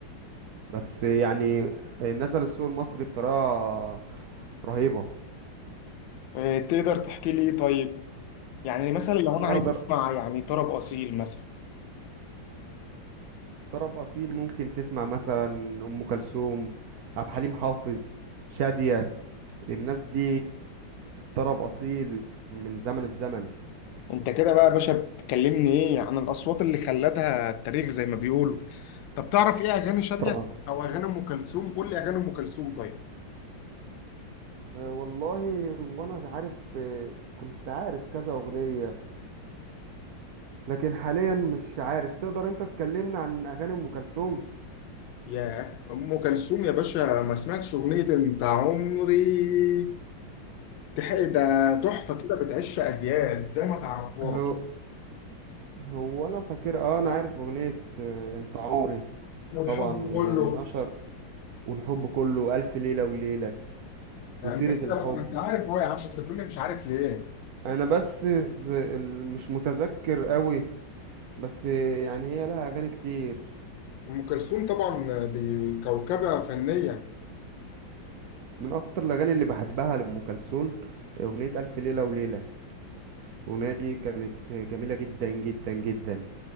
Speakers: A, on the right; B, on the left.
A: بس يعني نزل السوق المصري بطريقه رهيبه
B: إيه تقدر تحكي لي إيه طيب يعني مثلا لو أنا
A: اقدر
B: عايز أسمع يعني طرب أصيل مثلا
A: طرب اصيل ممكن تسمع مثلا ام كلثوم عبد الحليم حافظ شاديه الناس دي طرب اصيل من زمن الزمن
B: أنت كده بقى يا باشا بتكلمني إيه عن الأصوات اللي خلدها التاريخ زي ما بيقولوا طب تعرف إيه أغاني شادية
A: طبعا
B: أو أغاني أم كلثوم قول لي أغاني أم كلثوم طيب
A: أه والله وانا عارف أه، كنت عارف كذا اغنية لكن حاليا مش عارف تقدر انت تكلمنا عن اغاني ام كلثوم
B: ياه ام كلثوم يا باشا ما سمعتش اغنيه انت عمري تحق ده تحفه كده بتعيش اجيال ازاي ما تعرفهاش
A: هو هو انا فاكر اه انا عارف اغنية أه، انت عمري
B: والحب
A: طبعا
B: كله
A: هي من اشهر والحب كله الف ليلة وليلة
B: يعني
A: وسيرة
B: انت كده
A: الحب
B: بقى انت عارف هو يا عم انت بتقولي مش عارف ليه
A: انا بس ز- ال- مش متذكر قوي بس أه، يعني هي لها اغاني كتير
B: ام كلثوم طبعا دي كوكبه فنيه
A: من اكتر الاغاني اللي بحبها لام كلثوم اغنية الف ليلة وليلة الأغنية دي كانت جميلة جدا جدا جدا